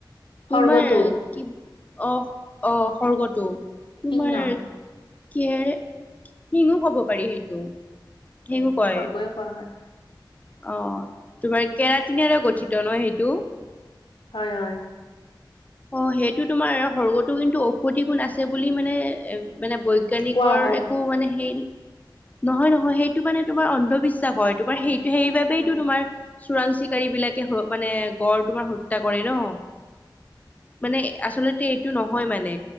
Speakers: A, on the left (about 85°); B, on the left (about 20°).
A: সৰ্গটো
B: তোমাৰ কি অ', অ', খৰ্গটো তোমাৰ-
A: সিংহ
B: কিহৰে, শিঙো কব পাৰি সেইটো। শিঙো
A: উম্,
B: কয়
A: খৰ্গ কোৱা হয়।
B: অ', তোমাৰ কেৰাটিনেৰে গঠিত ন সেইটো।
A: হয় হয়।
B: অ', সেইটো তোমাৰ খৰ্গতো কিন্তু ঔষধি গুণ আছে বুলি মানে মানে বৈজ্ঞানিকৰ
A: কোৱা হয়।
B: একো মানে সেই নহয় নহয়, সেইটো মানে তোমাৰ অন্ধবিশ্বাস হয়, তোমাৰ সেই সেইবাবেইটো
A: অ
B: তোমাৰ চোৰাং চিকাৰী বিলাকে মানে গড় তোমাৰ হত্যা কৰে ন। মানে আচলতে এইটো নহয় মানে,